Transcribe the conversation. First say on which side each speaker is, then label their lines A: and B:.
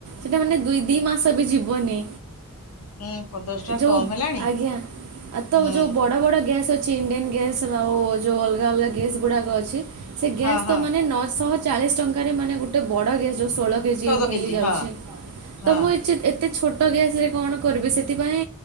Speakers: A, on the right; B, on the left.
A: ସେଟା ମାନେ ଦୁଇ ଦି ମାସ ବି ଯିବନି।
B: ହୁଁ ଦଶ ଟଙ୍କା
A: ଯୋଉ
B: କମ ହେଲାଣି
A: ଆଜ୍ଞା ଆଉ ତ
B: ହୁଁ
A: ଯୋଉ ବଡ ବଡ ଗ୍ୟାସ ଅଛି। ଛି ଇଣ୍ଡିଆନ ଗ୍ୟାସ୍ ଆଉ ଯୋ ଅଲଗା ଅଲଗା ଗ୍ୟାସ୍ ଗୁଡାକ ଅଛି ସେଇ ଗ୍ୟାସ୍
B: ହଁ
A: ତ
B: ହଁ
A: ମାନେ ନଅ ଶହ ଚାଳିଶ ଟଙ୍କାରେ ମାନେ ଗୋଟେ ବଡ ଗ୍ୟାସ ଯୋଉ ଷୋଳ କେଜି
B: ଚଉଦ
A: ମିଳି ଯାଉଛି
B: ହଁ। ହଁ
A: ତ ମୁଁ ଏଚିତ୍ ଏତେ ଛୋଟ ଗ୍ୟାସ୍ ରେ କଣ କରିବି ସେଥିପାଇଁ